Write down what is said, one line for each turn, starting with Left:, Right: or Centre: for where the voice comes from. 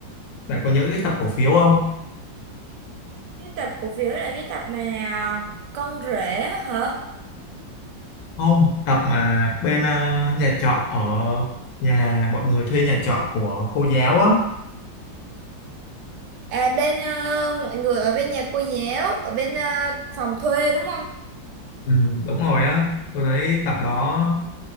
Left: bạn có nhớ cái tập cổ phiếu không
Right: cái tập cổ phiếu là cái tập mà à, con rể á hả
Left: không tập mà bên ờ, nhà trọ ở nhà mọi người thuê nhà trọ của cô giáo á
Right: à bên ờ, mọi người ở bên nhà cô giáo ở bên ờ, phòng thuê đúng không
Left: ừ, đúng rồi á tôi thấy tập đó